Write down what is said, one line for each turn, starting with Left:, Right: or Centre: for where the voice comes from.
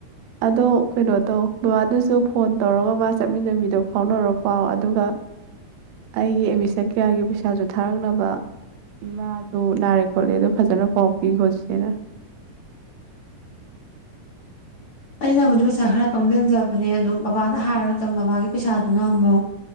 Right: ꯑꯗꯣ ꯀꯩꯅꯣ ꯇꯧ ꯕꯕꯥꯗꯨꯁꯨ ꯐꯣꯟ ꯇꯧꯔꯒꯕ ꯆꯠꯃꯤꯟꯅꯕꯤꯗꯣ ꯐꯥꯎꯅꯔ ꯄꯥꯎ ꯑꯗꯨꯒ ꯑꯩꯒꯤ ꯑꯦꯠꯃꯤꯁꯟ ꯀꯌꯥꯒꯤ ꯄꯩꯁꯥꯁꯨ ꯊꯥꯔꯛꯅꯕ ꯏꯃꯥꯁꯨ ꯅꯥꯔꯦ ꯈꯣꯠꯂꯦꯗꯣ ꯐꯖꯅ ꯄꯥꯎꯄꯤ ꯈꯣ ꯆꯦꯆꯦꯅ
Left: ꯑꯩꯅꯕꯨꯗꯤ ꯄꯩꯁꯥ ꯈꯔ ꯇꯨꯡꯁꯤꯟꯖꯕꯅꯦ ꯑꯗꯨꯗ ꯕꯕꯥꯅ ꯍꯥꯏꯔ ꯃꯇꯝꯗ ꯕꯥꯒꯤ ꯄꯩꯁꯥꯗꯨꯅ ꯑꯃꯨꯛ